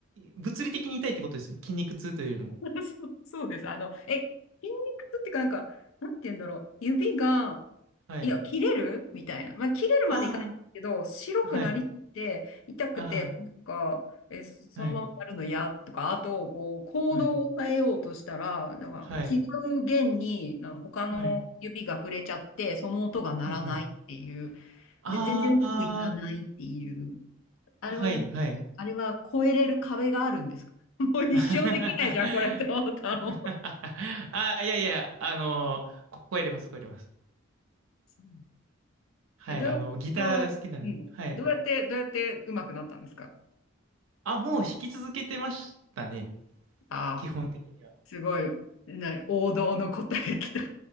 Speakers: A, on the right; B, on the left.
A: 物理的に痛いってことですね。筋肉痛というよりも。
B: <laughs> そう、そうです。あの、え、筋肉痛っていうか、なんか、なんて言うんだろう、指が、
A: はい。
B: いや、切れるみたいな。まあ、切れるまでいかないんですけど、
A: あ
B: 白くなりすぎて、
A: あ、はい。
B: 痛くて、
A: あ
B: なんか、え、そのままやるの嫌とか、
A: あ、はい。
B: あと、こう、行動を変えようとしたら、
A: はい。
B: なんか違う弦に、
A: はい。
B: あの、他の指が触れちゃって、
A: はい。
B: その音が鳴らないっていう。
A: うんうん。あ
B: で、全然うまくいかないっていう。あれは何あれは越えれる壁があるんですか
A: あ、はい、はい。
B: <laughs> もう一生できないじゃん、
A: <laughs>
B: これって思ったの。
A: ああ、いやいや、あのこ声出ます、声出ます。
B: そう
A: はい、
B: え、どう、
A: あの、ギターが好きなので、
B: どうや、うん、
A: はい。
B: どうやって、どうやってうまくなったんですか
A: あ、もう弾き続けてましたね、
B: ああ、
A: 基本的には。
B: すごい、な、王道の答えきた。